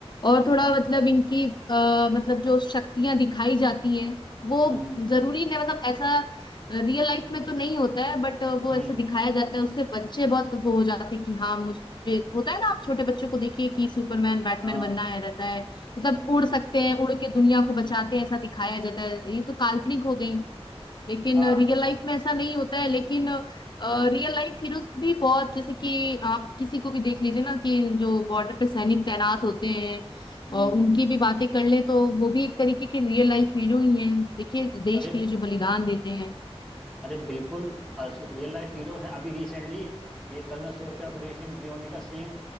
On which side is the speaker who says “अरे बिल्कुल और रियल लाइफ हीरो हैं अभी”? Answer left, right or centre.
Centre